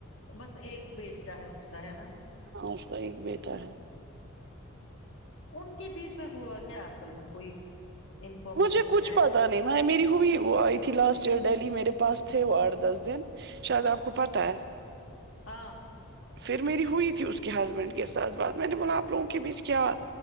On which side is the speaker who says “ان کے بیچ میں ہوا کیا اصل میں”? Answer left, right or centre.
Left